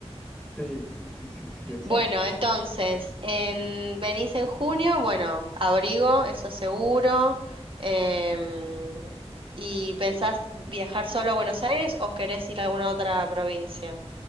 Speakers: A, in the centre; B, on the right (about 55°).
A: Sí, sí, sí, sí, sí, exacto.
B: Bueno, entonces, en, venís en junio, bueno, abrigo, eso seguro. em, ¿y pensás viajar solo a Buenos Aires o querés ir a alguna otra provincia?